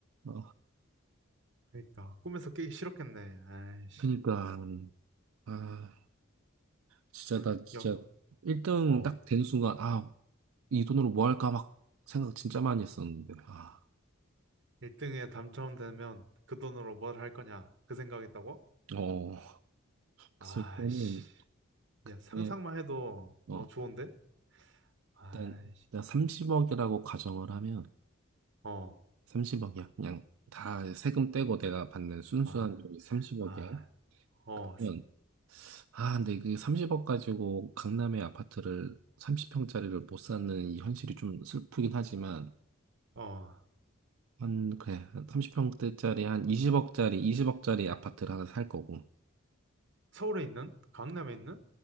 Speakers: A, on the right; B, on the right.
A: 아,
B: 그러니까, 꿈에서 깨기 싫었겠네. 아이씨.
A: 그니까. 아, 진짜
B: 그래,
A: 나 진짜
B: 야,
A: 1등
B: 어.
A: 딱 된 순간, 아, 이 돈으로 뭐 할까 막 생각 진짜 많이 했었는데, 아,
B: 1등에 당첨되면 그 돈으로 뭘 할 거냐? 그 생각했다고?
A: 어. 그래서
B: 아이씨.
A: 일단은
B: 야, 상상만
A: 예,
B: 해도,
A: 어,
B: 어, 좋은데? 아이씨.
A: 일단, 내가 30억이라고 가정을 하면,
B: 어.
A: 30억이야. 그냥 다 세금 떼고 내가 받는 순수한
B: 아,
A: 돈이 30억이야.
B: 아, 어,
A: 그러면, 아, 근데 그 30억 가지고 강남의 아파트를 30평짜리를 못 사는 이 현실이 좀 슬프긴 하지만,
B: 어,
A: 한, 그래, 30평대짜리 한 20억짜리, 20억짜리 아파트를 하나 살 거고,
B: 서울에 있는? 강남에 있는?